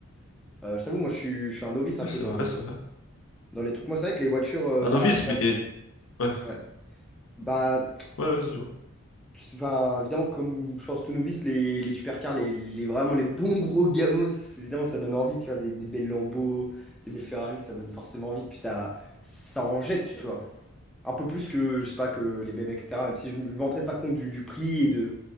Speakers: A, in the centre; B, on the left (about 65°).
A: Euh, je t'avoue, moi je suis, je suis un novice un
B: ouais,
A: peu
B: c'est
A: dans
B: vrai,
A: le,
B: c'est vrai.
A: dans les trucs. Moi, c'est vrai que les voitures, euh,
B: Un
A: bah
B: novice,
A: évidemment,
B: mais. Ouais,
A: ouais. Bah,
B: ouais, ouais, dis-moi.
A: tu- enfin, évidemment, comme je pense tout novice, les, les supercars, les, les, vraiment les bons gros gamos, évidemment, ça donne envie, tu vois. Des, des belles Lambeaux, des belles Ferrari, ça donne forcément envie. Puis ça, ça en jette, tu vois. un peu plus que, je sais pas, que les BM, etc. Même si je me rends peut-être pas compte du, du prix et de,